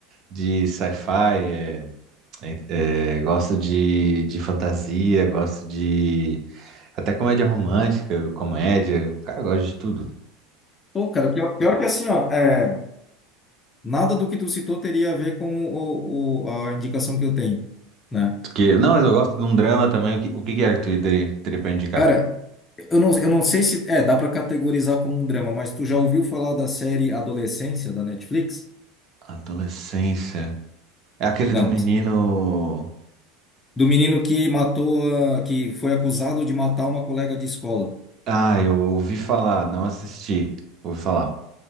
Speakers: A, on the right; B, on the left.
A: de sci-fi, é, é, é, gosto de, de fantasia, gosto de até comédia romântica, comédia, cara, eu gosto de tudo.
B: Pô, cara, pior, pior que assim, ó, é, nada do que tu citou teria a ver com o, o- a indicação que eu tenho, né?
A: Porque, não, mas eu gosto de um drama também. O que, o que que é que tu ide- teria pra indicar?
B: Cara, eu não, eu não sei se... É, dá pra categorizar como um drama, mas tu já ouviu falar da série Adolescência, da Netflix?
A: Adolescência. É aquele
B: Não.
A: do menino.
B: Do menino que matou, a- que foi acusado de matar uma colega de escola.
A: Ah, eu ouvi falar, não assisti. Ouvi falar.